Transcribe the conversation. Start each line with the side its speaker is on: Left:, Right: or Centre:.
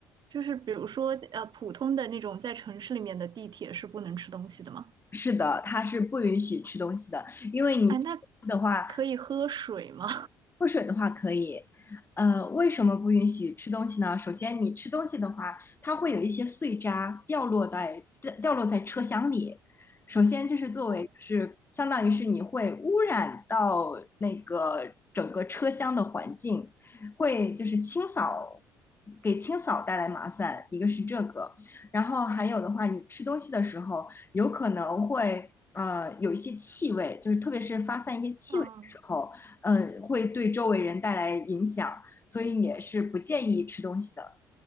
Right: 就是比如说呃，普通的那种在城市里面的地铁是不能吃东西的吗？
Left: 是的，它是不允许吃东西的，因为你吃东西的话，
Right: 哎，那可以喝水吗？
Left: 喝水的话可以，呃，为什么不允许吃东西呢？首先，你吃东西的话，它会有一些碎渣掉落在掉落在车厢里。首先，就是作为就是相当于是你会污染到那个整个车厢的环境，
Right: <laughs> 哦，
Left: 会就是清扫给清扫带来麻烦，一个是这个，然后还有的话，你吃东西的时候有可能会呃有一些气味，就是特别是发散一些气味的时候。
Right: 嗯。
Left: 嗯，会对周围人带来影响，所以也是不建议吃东西的。